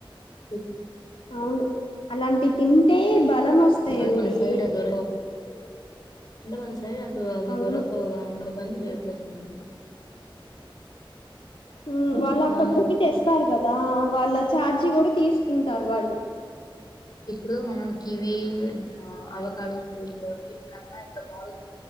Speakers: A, on the left; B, on the left.
A: తెచ్చి
B: అవును అలాంటి తింటే బలం వస్తాయండి
A: కం మన సైడ్ అది దొర్కెవ్ అంటే మన సైడ్ అటు అవి
B: అవును
A: దొరకవు గా అందుకని లేట్లు ఎక్కువ ఉంటాయి
B: ఉ వాళ్ళు అక్కడ
A: మనం
B: నుండి తెస్తారు గదా వాళ్ళ ఛార్జి గూడా తీసుకుంటారు వాళ్ళు
A: ఇప్పుడు మనం కివి ఆ అవకాడొ ఫ్రూట్స్ వీటి కన్నా ఎ బ